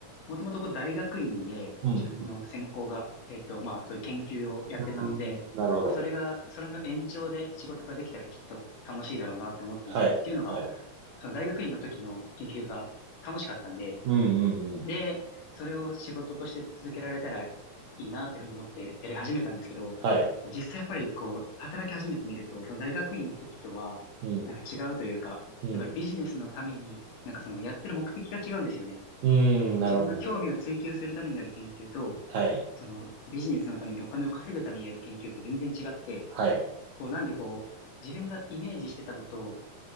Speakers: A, on the left; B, on the right.
A: もともとこう、大学院で、
B: うん、
A: 自分の専攻が、
B: うん。
A: えっと、まあ、そういう研究をやってたので、
B: うーん、なるほど。
A: まあ、それが、それの延長で仕事ができたらきっと楽しいだろうなって思ったんですよ。
B: はい。
A: っていうのが、
B: はい。
A: その大学院の時の研究が楽しかったんで、
B: うん、うん、うん。
A: で、それを仕事として続けられたらいいなというふうに思ってやり始めたんですけど、
B: はい。
A: 実際やっぱりこう、働き始めてみると、その大学院の時とは、
B: うん、
A: なんか違うというか、
B: うん。
A: やっぱりビジネスのために、なんかそのやってる目的が違うんですよね。
B: うーん、
A: こう、
B: なるほど、
A: 自分の興味を追求するためにやる研究と、
B: なるほど。はい。
A: そのビジネスのためにお金を稼ぐためにやる研究って全然違って、
B: はい。
A: こう、なんでこう、自分がイメージしてたのと、